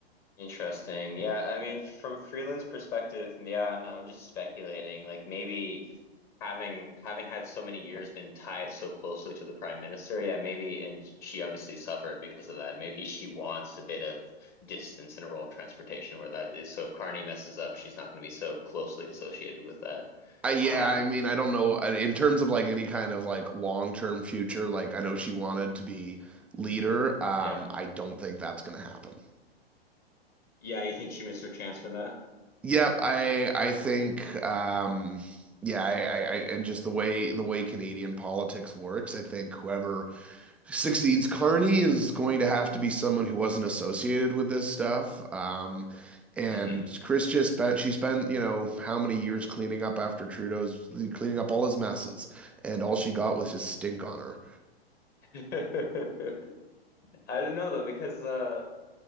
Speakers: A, on the left; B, in the centre.
A: Interesting. Yeah, I mean, from freelance perspective, yeah, I don't know, I'm just speculating. Like maybe having having had so many years been tied so closely to the prime minister, yeah, maybe, and she obviously suffered because of that. Maybe she wants a bit of distance in a role of transportation where that is. So if Carney messes up, she's not going to be so closely associated with that.
B: I, yeah,
A: Um,
B: I mean, I don't know uh, in terms of like any kind of like long-term future, like I know she wanted to be leader. Um,
A: yeah.
B: I don't think that's gonna happen.
A: Yeah, you think she missed her chance for that?
B: Yep, I I think um yeah, I, I I and just the way the way Canadian politics works, I think whoever succeeds Carney is going to have to be someone who wasn't associated with this stuff. Um, and
A: hmm
B: Chris just spent she spent you know how many years cleaning up after Trudeau's cleaning up all his messes, and all she got was his stink on her.
A: <laughs> I don't know though, because uh